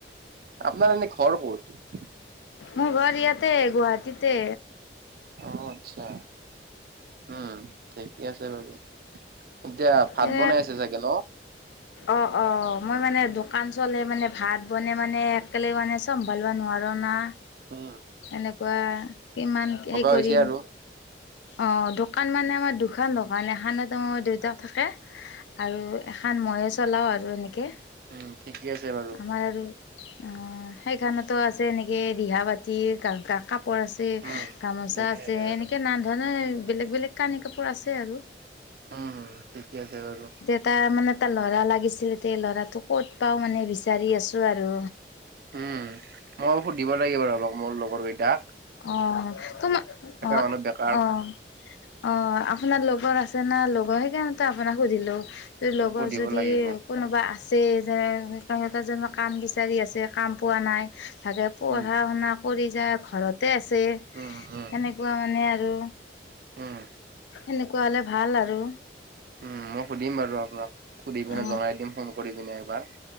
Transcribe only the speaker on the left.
মোৰ ঘৰ ইয়াতে, গুৱাহাটীতে।
এ
অ', অ', মই মানে দোকান চলে মানে ভাত বনে মানে একেলগ মানে চম্ভালিব নোৱাৰো না।
এনেকুৱা কিমান কি কৰিম!
অ', দোকান মানে আমাৰ দুখন দোকান, এখনতো দেউতা থাকে আৰু এখন মইয়ো চলাওঁ আৰু এনেকে।
<unintelligible> আৰু আ সেইখনতো আজি এনেকে ৰিহা বাতি কা-কা-কাপোৰ আছ ছে,
গামোচা
আছে
এনেকে নান ধৰণৰ বেলেগ-বেলেগ কানি-কাপোৰ আছে আৰু।
তাৰমানে এটা ল'ৰা লাগিছিলে, এতে ল'ৰাটো ক'ত পাওঁ মানে বিচাৰি আছো আৰু।
অ', তোম, অ',
অ' অ', আপোনাৰ লগৰ আছে না, লগৰ সেইকাৰ নে আপোনাক সুধিলো, লগৰ
যদি
কোনোবা আছে <unintelligible> কাম বিচাৰি আছে, কাম পোৱা নাই। চাগে পঢ়া-শুনা
কৰি যায় ঘৰতে আছে।
এনেকুৱা মানে আৰু
সেনেকুৱা হ'লে ভাল আৰু।
অ